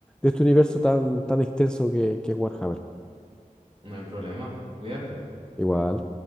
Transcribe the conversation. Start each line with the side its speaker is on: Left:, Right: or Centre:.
Centre: este universo tan, tan extenso que, que es Warhammer.
Right: no hay problema. Cuídate.
Centre: Igual.